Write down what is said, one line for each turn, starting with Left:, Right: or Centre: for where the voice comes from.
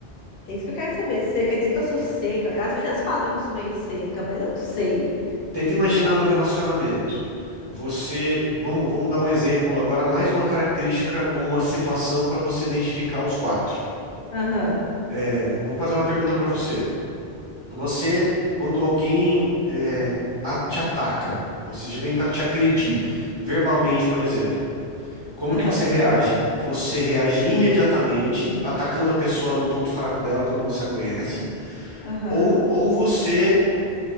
Left: é isso que eu quero saber. Seca, quer dizer que eu sou seca. As meninas falam que eu sou meio seca, mas eu não sei.
Right: Tenta imaginar no relacionamento. Você, vamos, vamos dar um exemplo agora, mais uma característica ou uma situação para você identificar os quatro.
Left: Aham,
Right: É, vou fazer uma pergunta para você. Você, quando alguém é, a- te ataca, ou seja, vem para te agredir, verbalmente, por exemplo. Como
Left: aham,
Right: que você reage? Você reage imediatamente, atacando a pessoa no ponto fraco dela quando você a conhece,
Left: aham.
Right: ou, ou você